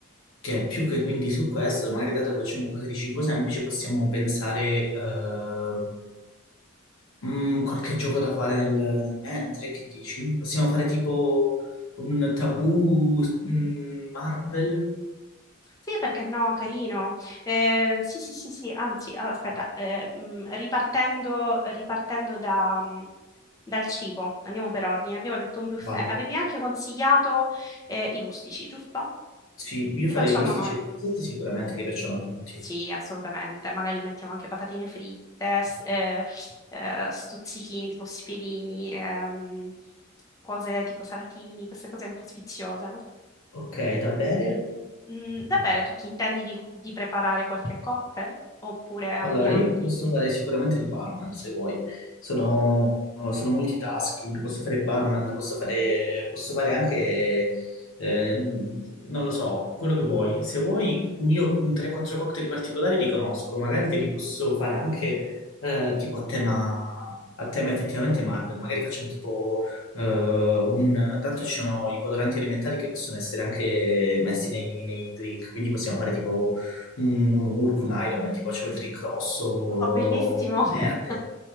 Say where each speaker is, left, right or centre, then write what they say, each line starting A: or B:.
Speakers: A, on the left (about 80°); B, on the left (about 15°).
A: che più che quindi su questo, magari dato che facciamo qualcosa di cibo semplice, possiamo pensare eh, mm, qualche gioco da fare nel, nel mentre, che dici? Possiamo fare tipo un tabù mm, Marvel?
B: Sì, perché no, carino. Eh, sì, sì, sì, sì, anzi, aspetta, eh, mh, ripartendo, ripartendo da, mh, dal cibo, andiamo per ordine, abbiamo detto un buffet.
A: Vai.
B: Avevi anche consigliato eh, i rustici, giusto?
A: Sì, io
B: Li
A: farei
B: facciamo
A: rustici
B: noi.
A: e pizzette sicuramente che piacciono a tutti.
B: Sì, assolutamente. Magari mettiamo anche patatine fritte, s- eh, eh, stuzzichini, tipo spiedini, ehm, cose tipo salatini, queste cose un po' sfiziose. no?
A: Ok, da bere?
B: Mm, da bere, tu ti intendi di, di preparare qualche cocktail? Oppure andiamo
A: Allora, io
B: di...
A: posso fare sicuramente il barman se vuoi. Sono, sono multitasking, posso fare il barman, posso fare, posso fare anche, eh, non lo so, quello che vuoi. Se vuoi, io un 3-4 cocktail particolari li conosco, magari te li posso fare anche eh, tipo a tema, a tema effettivamente Marvel. Magari facciamo tipo eh, un... Tanto ci sono i coloranti alimentari che possono essere anche messi nei, nei drink, quindi possiamo fare tipo un, un Hulk, un Iron Man, tipo facevo il drink rosso, o
B: Oh, bellissimo! <laughs>
A: verde,